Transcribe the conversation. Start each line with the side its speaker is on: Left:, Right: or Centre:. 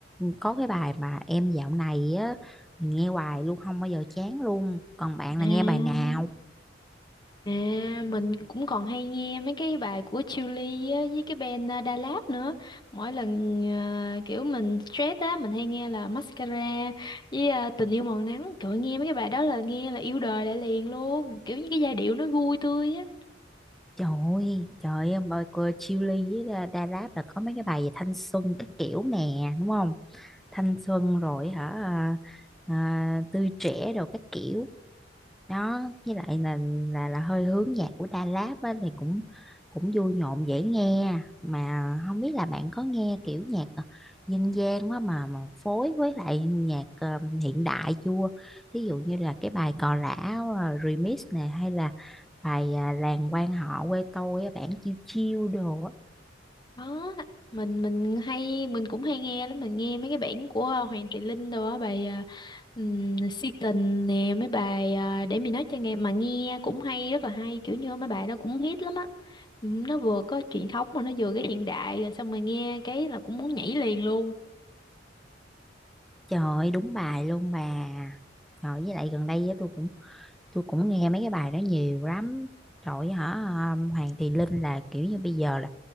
Centre: có cái bài mà em dạo này á mình nghe hoài luôn không bao giờ chán luôn còn bạn
Left: à
Centre: là nghe bài nào
Left: À, mình cũng còn hay nghe mấy cái bài của Chillies á, với cái band uh, Da Lab nữa. Mỗi lần ờ, kiểu mình stress á, mình hay nghe là Mascara với ờ, Tình yêu màu nắng. Trời nghe mấy cái bài đó là nghe là yêu đời lại liền luôn. Kiểu như cái giai điệu nó vui tươi á.
Centre: trời ơi trời ơi bài của Chillies với Da Da Rap là có mấy cái bài về thanh xuân cái kiểu nè đúng không thanh xuân rồi hả à, à, tươi trẻ rồi các kiểu đó với lại là là là hơi hướng nhạc của Đà Lạt á, thì cũng cũng vui nhộn dễ nghe mà không biết là bạn có nghe kiểu nhạc ờ, dân gian quá mà mà phối với lại nhạc ờ, hiện đại chưa thí dụ như là cái bài Cò Lả ờ, remix này hay là bài à, Làng quan họ quê tôi á, bản chiêu chiêu đồ á
Left: Đó, mình mình hay mình cũng hay nghe lắm, mình nghe mấy cái bản của ờ, Hoàng Thị Linh đồ á, bài ờ, ừm, Si tình nè, mấy bài ờ, để mình nói cho nghe mà nghe cũng hay rất là hay, kiểu như mấy bài đó cũng hit lắm á. Ừ, nó vừa có truyền thống mà nó vừa cái hiện đại rồi xong rồi nghe cái là cũng muốn nhảy liền luôn
Centre: trời ơi, đúng bài luôn bà trời với lại gần đây á, tôi cũng tôi cũng nghe mấy cái bài đó nhiều lắm trời ơi, hả ờ, Hoàng Thùy Linh là kiểu như bây giờ là